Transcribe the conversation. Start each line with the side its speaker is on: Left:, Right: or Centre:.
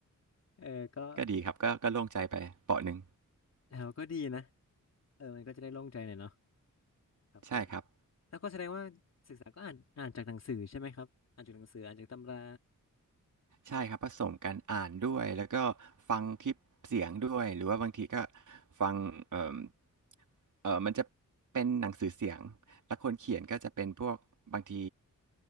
Left: เออก็
Right: <laughs> ก็ดีครับก็ก็โล่งใจไปเปาะหนึ่ง
Left: แล้วก็ดีนะ เออมันก็จะได้โล่งใจหน่อยเนาะครับผม
Right: ใช่ครับ
Left: แล้วก็แสดงว่าศึกษาก็อ่านอ่านจากหนังสือใช่ไหมครับอ่านจากหนังสืออ่านจากตำรา
Right: ใช่ครับผสมกันอ่านด้วยแล้วก็ฟังคลิปเสียงด้วยหรือว่าบางทีก็ฟังเอ่มเอ่อมันจะเป็นหนังสือเสียงแล้วคนเขียนก็จะเป็นพวกบางที